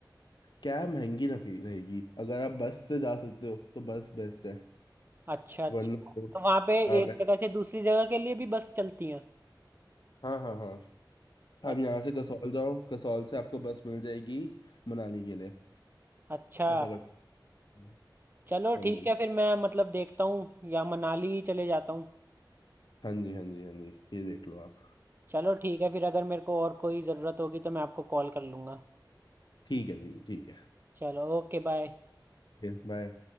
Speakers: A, on the left (about 70°); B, on the right (about 25°).
A: कैब महंगी रखे- रहेगी अगर आप बस से जा सकते हो तो बस बेस्ट है
B: अच्छा अच्छा
A: वरना तो
B: तो वहाँ पे
A: आप
B: एक जगह से दूसरी जगह के लिए भी बस चलती हैं
A: हाँ हाँ हाँ
B: अ-
A: आप यहाँ से कसौल जाओ कसौल से आपको बस मिल जाएगी मनाली के लिए
B: अच्छा
A: ऐसा कर सकते हो।
B: चलो
A: हाँ
B: ठीक
A: जी
B: है फिर मैं मतलब देखता हूँ या मनाली ही चले जाता हूँ
A: हाँ जी हाँ जी हाँ जी ये देख लो आप
B: चलो ठीक है फिर अगर मेरे को और कोई ज़रूरत होगी तो मैं आपको कॉल कर लूँगा
A: ठीक है जी ठीक
B: चलो ओके बाय
A: है बाय